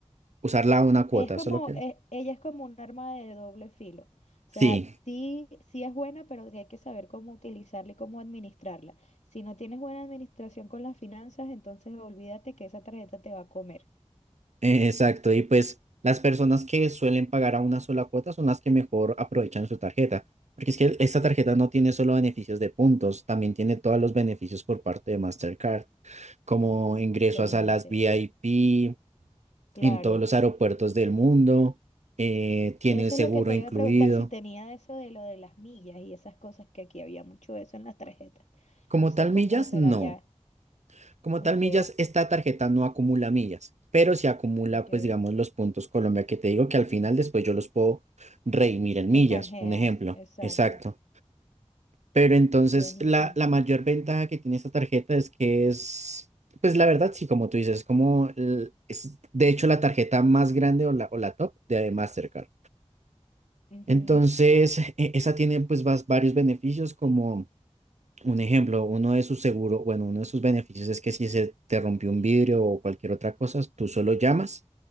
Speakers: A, on the right (about 80°); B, on the left (about 85°).
A: usarla a una cuota,
B: es como,
A: eso es lo que...
B: e- ella es como un arma de doble filo. O
A: Sí,
B: sea, sí, sí es buena, pero sí hay que saber cómo utilizarla y cómo administrarla. Si no tienes buena administración con las finanzas, entonces olvídate que esa tarjeta te va a comer.
A: eh, exacto. Y pues las personas que suelen pagar a una sola cuota son las que mejor aprovechan su tarjeta. Porque es que esta tarjeta no tiene solo beneficios de puntos, también tiene todos los beneficios por parte de Mastercard, como ingreso
B: Excelente.
A: a salas VIP,
B: Claro.
A: en todos los aeropuertos del mundo, eh, tiene
B: Eso
A: el seguro
B: es lo que te
A: incluido.
B: iba a preguntar, si tenía eso de lo de las millas y esas cosas, que aquí había mucho de eso en las tarjetas.
A: Como
B: No sé
A: tal
B: cómo
A: millas,
B: será
A: no.
B: ya.
A: Como
B: Ok,
A: tal millas, esta tarjeta no acumula millas, pero sí acumula,
B: ok.
A: pues digamos, los puntos Colombia que te digo que al final después yo los puedo redimir en
B: Los
A: millas,
B: canjeas,
A: un ejemplo.
B: exacto.
A: Exacto. Pero entonces
B: Buenísimo.
A: la, la mayor ventaja que tiene esta tarjeta es que es, pues la verdad, sí, como tú dices, como el- es de hecho la tarjeta más grande o la, o la top de Mastercard.
B: Ujú.
A: Entonces, e- esa tiene pues vas- varios beneficios, como un ejemplo, uno de sus seguros, bueno, uno de sus beneficios es que si se te rompió un vidrio o cualquier otra cosa, tú solo llamas,